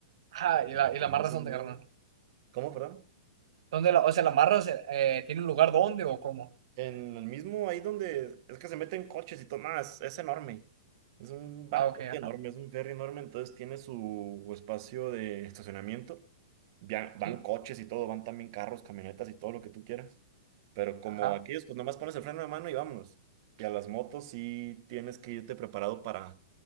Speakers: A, on the right; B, on the right.
A: Ah, y la,
B: para
A: y
B: que
A: la
B: no
A: marra
B: se
A: es donde,
B: mueva.
A: carnal.
B: ¿Cómo, perdón?
A: ¿Dónde la, o sea, la marra se- eh, tiene un lugar dónde o cómo?
B: En el mismo, ahí donde es que se meten coches y todo, nada, es, es enorme. Es un barco
A: Ah, ok, ajá.
B: enorme, es un ferry enorme, entonces tiene su espacio de estacionamiento. Ya van
A: Sí,
B: coches y todo, van también carros, camionetas y todo lo que tú quieras. Pero como
A: ajá.
B: aquellos, pues nomás pones el freno de mano y vámonos. Y a las motos sí tienes que irte preparado para